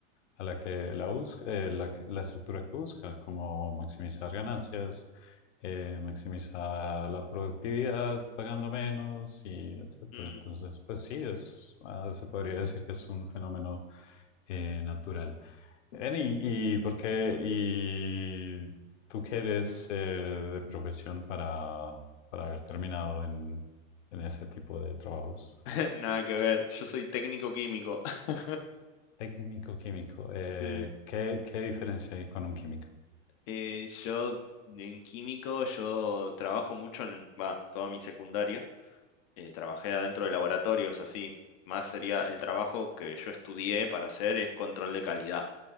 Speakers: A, on the left; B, on the left.
A: a la que la busca, eh, la, que- la estructura que busca, como maximizar ganancias, eh, maximizar la productividad pagando menos y etcétera.
B: Mm.
A: Entonces, pues sí, es, ah, se podría decir que es un fenómeno eh, natural. Ven, ¿y, y por qué? ¿Y tú qué eres eh, de profesión para, para haber terminado en, en ese tipo de trabajos?
B: <laughs> Nada que ver, yo soy técnico químico. <laughs>
A: Técnico-químico, eh,
B: Sí.
A: ¿qué, qué diferencia hay con un químico?
B: Eh, yo en químico, yo trabajo mucho en, va, toda mi secundaria. eh, trabajé adentro de laboratorios así. Más sería el trabajo que yo estudié para hacer es control de calidad